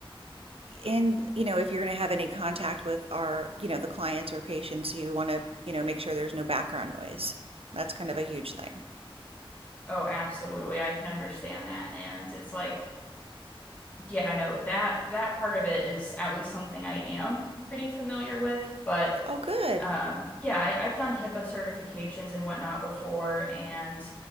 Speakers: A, on the right (about 80°); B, on the left (about 15°).
A: And, you know, if you're going to have any contact with our, you know, the clients or patients, you want to, you know, make sure there's no background noise. That's kind of a huge thing.
B: Oh, absolutely. I can understand that. And it's like, yeah, no, that that part of it is at least something I am pretty familiar with. But
A: Oh, good.
B: um,
A: <laughs>
B: yeah, I, I've done HIPAA certifications and whatnot before, and